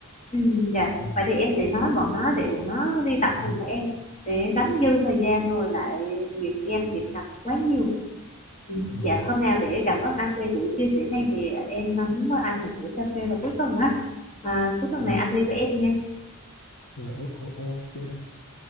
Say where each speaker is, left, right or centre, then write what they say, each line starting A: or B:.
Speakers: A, on the left; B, on the left.
A: ừ, dạ
B: ừ.
A: vậy thì em sẽ nói bọn nó để bọn nó đi tập
B: Ừ.
A: cùng với em để đánh dư thời gian rồi lại nghiện game nghiện ngập quá nhiều ừ,
B: Ừ.
A: dạ hôm nào để cảm ơn anh về buổi chia sẻ này thì em à, muốn mời anh một buổi cà phê vào cuối tuần á à, cuối tuần
B: Ừ.
A: này anh đi với em nha
B: Rồi ô ô ô kìa em